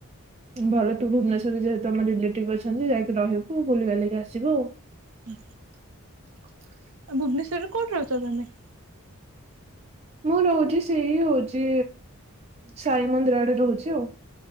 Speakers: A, on the right; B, on the right.
A: ଭଲ ତୁ ଭୁବନେଶ୍ୱରରେ ଯେହତ ତମ ରିଲେଟିଭ ଅଛନ୍ତି ଯାଇକି ରହିବୁ ବୁଲିବା ଲାଗି ଆସିବୁ ଆଉ।
B: ହୁଁ।
A: <unintelligible>
B: ଭୁବନେଶ୍ଵରରେ କୋଉଁଠି ରହୁଛ ତମେ?
A: ମୁଁ ରହୁଛି ସେଇ ହଉଛି ସାଇ ମନ୍ଦିର ଆଡେ ରହୁଛି ଆଉ।